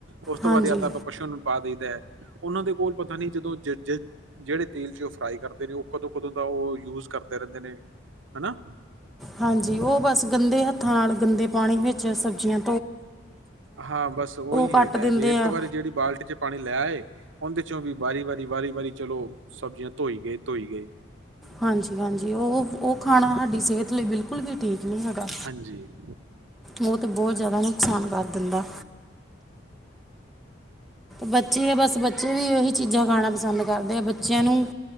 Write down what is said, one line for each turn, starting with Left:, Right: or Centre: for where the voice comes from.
Right: ਉਸ ਤੋਂ
Centre: ਹਾਂਜੀ
Right: ਬਾਅਦ ਆਪਾਂ ਪਸ਼ੂ ਨੂੰ ਪਾ ਦਈਦਾ ਉਹਨਾਂ ਦੇ ਕੋਲ ਪਤਾ ਨਹੀਂ ਜਦੋਂ ਜੇ ਜੇ ਜਿਹੜੇ ਤੇਲ ਚ ਉਹ ਫਰਾਈ ਕਰਦੇ ਨੇ ਉਹ ਕਦੋਂ-ਕਦੋਂ ਦਾ ਉਹ ਯੂਜ ਕਰਦੇ ਰਹਿੰਦੇ ਨੇ ਹਨਾ।
Centre: ਹਾਂਜੀ ਉਹ ਬਸ ਗੰਦੇ ਹੱਥਾਂ ਨਾਲ ਗੰਦੇ ਪਾਣੀ ਵਿੱਚ ਸਬਜ਼ੀਆ
Right: ਹਾਂ ਬਸ ਉਹੀ
Centre: ਕੱਟ
Right: ਹੈਗਾ
Centre: ਦਿੰਦੇ
Right: ਵੀ ਇੱਕ
Centre: ਆ
Right: ਵਾਰੀ ਜਿਹੜੀ ਬਾਲਟੀ ਚ ਪਾਣੀ ਲੈ ਉਹਦੇ ਚੋਂ ਵੀ ਬਾਰੀ ਵਾਰੀ ਵਾਰੀ ਚਲੋ ਸਬਜੀਆਂ ਧੋਈ ਗਏ, ਧੋਈ ਗਏ।
Centre: ਹਾਂਜੀ-ਹਾਂਜੀ ਉਹ ਖਾਣਾ ਹਾਡੀ ਸਿਹਤ ਲਈ ਬਿਲਕੁਲ ਵੀ ਠੀਕ ਨੀ ਹੈਗਾ।
Right: ਹਾਂਜੀ,
Centre: ਉਹ ਤੇ ਬਹੁਤ ਜਾਦਾ ਨੁਕਸਾਨ ਕਰ ਦਿੰਦਾ। ਬੱਚੇ ਆ ਬਸ ਬੱਚੇ ਵੀ ਉਹੀ ਚੀਜ਼ਾਂ ਗਾਣਾ ਪਸੰਦ ਕਰਦੇ ਆ, ਬੱਚਿਆਂ ਨੂੰ